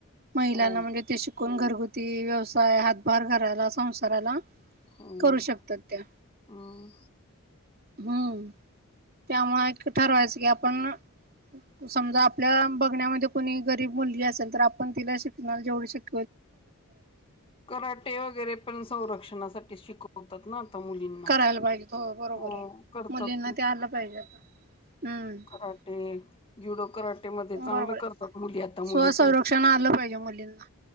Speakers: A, on the right (about 45°); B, on the left (about 25°).
A: महिलांना
B: हो
A: म्हणजे ते शिकून घरगुती व्यवसाय हातभार घराला संसाराला
B: हम्म
A: करू शकतात त्या
B: हम्म.
A: हम्म त्यामुळे एक ठरवायचं की आपण समजा आपल्या बघण्यामध्ये कोणी गरीब मुलली असेल तर आपण तिला शिकणार जेवढी शिक
B: कराटे वगैरे पण संरक्षणासाठी शिकवतात ना मुलींना
A: करायला पाहिजे बरोबर
B: हो
A: आहे
B: करतात
A: मुलींना ते आलं पाहिजे आता हम्म
B: कराटे जुडो करराटे मध्ये चांगलं
A: बरोबर आहे
B: करतात मुली आता मुली
A: स्वसंरक्षण
B: पण
A: आलं पाहिजे मुलींना